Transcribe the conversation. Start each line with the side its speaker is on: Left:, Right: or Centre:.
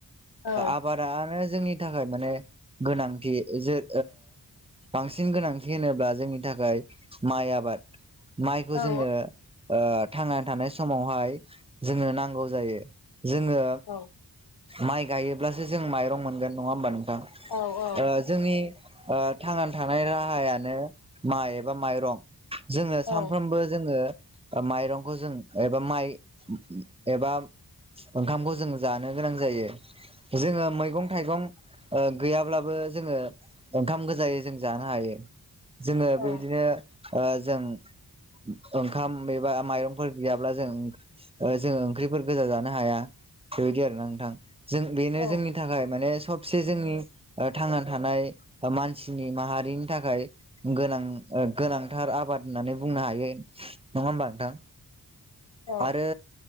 Left: औ
Right: आबाद नो जोंनि थाखाय माने गोनांथि ज बांसिन गोनांथि होनोब्ला जोंनि थाखाय माइ आबाद माइखौ
Left: औ
Right: जोङो थांनानै थानाय समावहाय जोङो नांगौ जायो जोङो
Left: औ
Right: माइ गायोब्लासो जों माइरं मोनगोन नङा होमबा नोंथां
Left: औ औ
Right: ओ जोंनि थांनानै थानाय राहायानो माइ एबा माइरं जोङो सानफ्रामबो
Left: औ
Right: जोङो माइरंखौ जों एबा माइ एबा ओंखामखौ जों जानो गोनां जायो जोङो मैगं थाइगं गैयाब्लाबो जोङो ओंखाम गोजायै जों जानो हायो जोङो
Left: औ
Right: बेबायदिनो जों ओंखाम एबा माइरंफोर गैयाब्ला जों जोङो ओंख्रिफोर गोजा जानो हाया बेबायदि आरो ना नोंथां जों बेनो
Left: औ
Right: जोंनि थाखाय माने सबसे जोंनि थांना थानाय मानसिनि माहारिनि थाखाय गोनां गोनांथार आबाद होननानै बुंनो हायो नङा होमबा नोंथां
Left: औ
Right: आरो